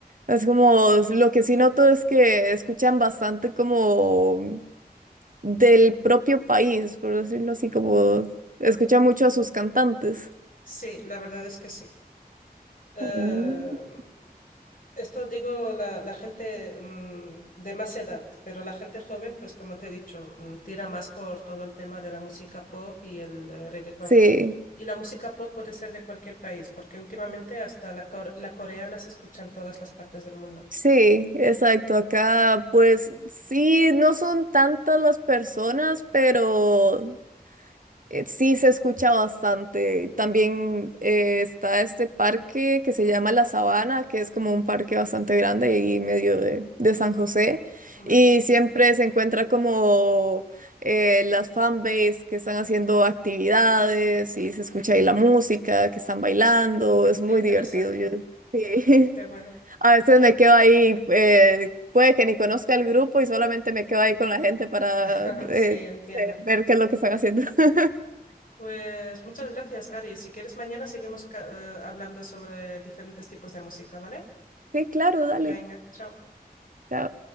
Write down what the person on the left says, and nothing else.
Sí, la verdad es que sí. Eh,
Esto digo la, la gente mm, de más edad, pero la gente joven, pues como te he dicho, mm, tira más por todo el tema de la música pop y el eh, reggaetón.
Y la música pop puede ser de cualquier país, porque últimamente hasta la, cor- la coreana se escucha en todas las partes del mundo.
Ujú,
Vale,
qué
interesante,
qué
bueno.
<laughs> Sí,
entiendo.
Pues muchas gracias, Ari. Si quieres, mañana seguimos ca- eh, hablando sobre diferentes tipos de música, ¿vale?
Venga, chao.